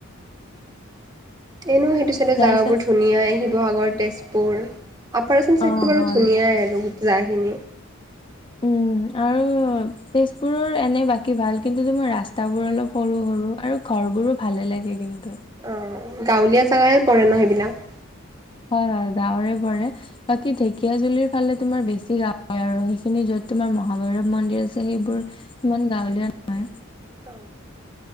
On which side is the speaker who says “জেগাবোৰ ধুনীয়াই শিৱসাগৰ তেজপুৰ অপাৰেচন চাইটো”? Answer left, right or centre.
Right